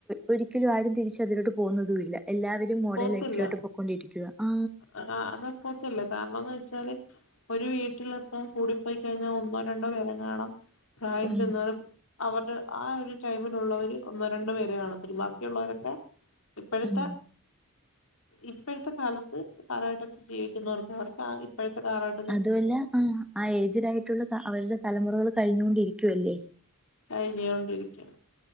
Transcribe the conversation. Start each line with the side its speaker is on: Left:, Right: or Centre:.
Centre: ഒരിക്കലും ആരും തിരിച്ച് അതിലോട്ട് പോകുന്നതുല്ല എല്ലാവരും മോഡേൺ
Left: പോത്തില്ല
Centre: ലൈഫ് ക്കോട്ട് പോക്കൊണ്ടിരിക്കുവ ആ
Left: ആഹ് അതപ്പോത്തല്ല കാരണംന്ന് വെച്ചാല് ഒരു വീട്ടിലിപ്പം കൂടിപ്പോയി കഴിഞ്ഞാ ഒന്നോ രണ്ടോ പേരെ കാണും പ്രായംചെന്നോല്
Centre: ഉം
Left: അവരുടെ ആ ഒരു ടൈമിലുള്ളവര് ഒന്നോ രണ്ടു പേരെ കാണത്തുള്ളൂ ബാക്കിയുള്ളോരൊക്കെ ഇപ്പോഴത്തെ
Centre: ഉം
Left: ഇപ്പോഴത്തെ കാലത്ത് കാലഘട്ടത്തിൽ ജീവിക്കുന്നവർക്ക് അവർക്ക് ഇപ്പോഴത്തെ കാലഘ
Centre: അതുഅല്ല ആ ആ ഏജിലായിട്ടുള്ള അവരുടെ തലമുറകൾ കഴിഞ്ഞോണ്ടിരിക്കുവല്ലേ
Left: കഴിഞ്ഞൊണ്ടിരിക്ക്യാ